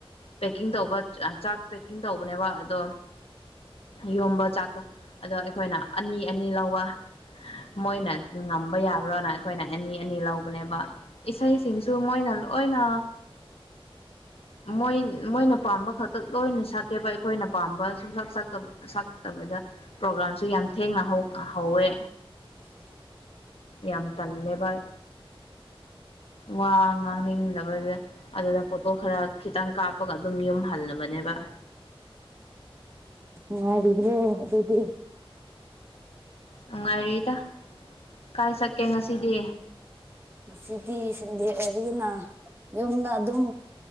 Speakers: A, on the left; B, on the right.
A: ꯄꯦꯛꯀꯤꯡ ꯇꯧꯕ ꯆꯥꯛ ꯄꯦꯛꯀꯤꯡ ꯇꯧꯕꯅꯦꯕ ꯑꯗꯣ ꯌꯣꯝꯕ ꯆꯥꯛ ꯑꯗꯨ ꯑꯩꯈꯣꯏꯅ ꯑꯅꯤ ꯑꯅꯤ ꯂꯧꯕ ꯃꯣꯏꯅ ꯉꯝꯕ ꯌꯥꯕ꯭ꯔꯥꯅ ꯑꯩꯈꯣꯏꯅ ꯑꯅꯤ ꯑꯅꯤ ꯂꯧꯕꯅꯦꯕ ꯏꯁꯩꯁꯤꯡꯁꯨ ꯃꯣꯏꯅ ꯂꯣꯏꯅ ꯃꯣꯏ ꯃꯣꯏꯅ ꯄꯥꯝꯕ ꯈꯛꯇꯛ ꯂꯣꯏꯅ ꯁꯛꯀꯦꯕ ꯑꯩꯈꯣꯏꯅ ꯄꯥꯝꯕ ꯁꯨꯝ ꯁꯛ ꯁꯛꯇ ꯁꯛꯇꯕꯗ ꯄ꯭ꯔꯣꯒꯥꯝꯁꯨ ꯌꯥꯝ ꯊꯦꯡꯅ ꯍꯧ ꯍꯧꯋꯦ
B: ꯍ <unintelligible>
A: ꯌꯥꯝ ꯇꯜꯂꯦꯕ ꯋꯥ ꯉꯥꯡꯅꯤꯡꯗꯕꯁꯦ ꯑꯗꯨꯗ ꯐꯣꯇꯣ ꯈꯔ ꯈꯤꯇꯪ ꯀꯥꯞ ꯄꯒ ꯑꯗꯨꯝ ꯌꯨꯝ ꯍꯜꯂꯕꯅꯦꯕ
B: ꯅꯨꯡꯉꯥꯏꯔꯤꯕ꯭ꯔꯣ ꯑꯗꯨꯗꯤ
A: ꯅꯨꯡꯉꯥꯏꯔꯤꯗ ꯀꯥꯏ ꯆꯠꯀꯦ ꯉꯁꯤꯗꯤ
B: ꯃꯁꯤꯗꯤ ꯁꯤꯟꯗꯤ ꯁꯟꯗꯦ ꯑꯣꯏꯅꯤꯅ ꯌꯨꯝꯗ ꯑꯗꯨꯝ